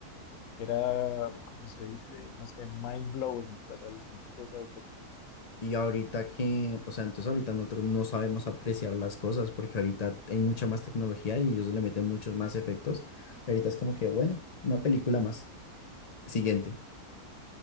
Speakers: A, on the left; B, on the left.
A: era, como se dice? No sé, mind blowing para los niños de esa época.
B: y ahorita que, o sea, entonces ahorita nosotros no sabemos apreciar las cosas porque ahorita hay mucha más tecnología y ellos le meten muchos más efectos. Ahorita es como que, bueno, una película más. Siguiente.